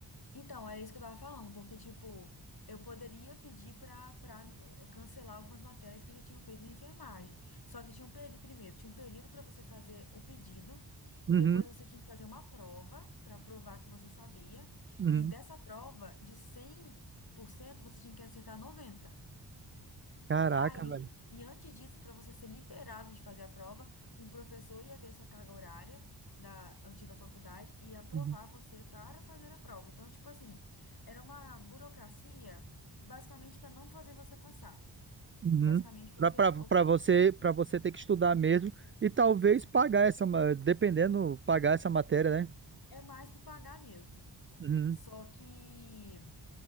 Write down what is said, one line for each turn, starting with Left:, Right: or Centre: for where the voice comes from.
Left: Então, era isso que eu tava falando, porque, tipo, eu poderia pedir pra, pra eh, cancelar algumas matérias que eu já tinha feito na enfermagem. Só que tinha um período, primeiro, tinha um período para você fazer o pedido,
Right: Uhum,
Left: depois você tinha que fazer uma prova para provar que você sabia,
Right: uhum.
Left: e dessa prova, de cem por cento você tinha que acertar 90.
Right: Caraca,
Left: Ah, e,
Right: velho.
Left: an- e antes disso, para você ser liberado de fazer a prova, um professor ia ver sua carga horária da antiga faculdade e ia aprovar
Right: Uhum.
Left: você para fazer a prova. Então, tipo assim, era uma burocracia basicamente para não fazer você passar.
Right: Uhum.
Left: Basicamente, você
Right: Pra, pra,
Left: obri-
Right: pra você, pra você ter que estudar mesmo e talvez pagar essa, ma- dependendo, pagar essa matéria, né?
Left: é mais por pagar mesmo.
Right: Uhum,
Left: Só que